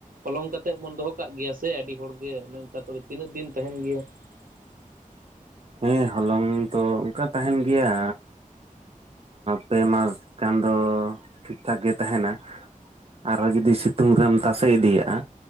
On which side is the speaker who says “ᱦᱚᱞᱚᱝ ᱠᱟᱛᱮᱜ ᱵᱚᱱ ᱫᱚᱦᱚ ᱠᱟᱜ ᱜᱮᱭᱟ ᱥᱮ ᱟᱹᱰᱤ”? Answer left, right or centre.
Right